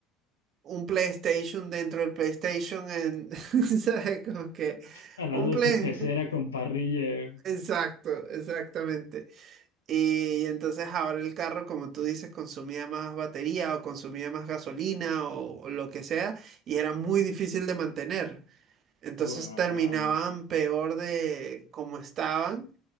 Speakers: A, on the right; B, on the left.
A: un PlayStation dentro del PlayStation en, <laughs> ¿sabes? Como que
B: Al
A: un
B: lado
A: play.
B: de su pecera con parrilla.
A: Exacto, exactamente. Y entonces ahora el carro, como tú dices, consumía más batería o consumía más gasolina o, o lo que sea, y era muy difícil de mantener. Entonces
B: Wow.
A: terminaban peor de como estaban.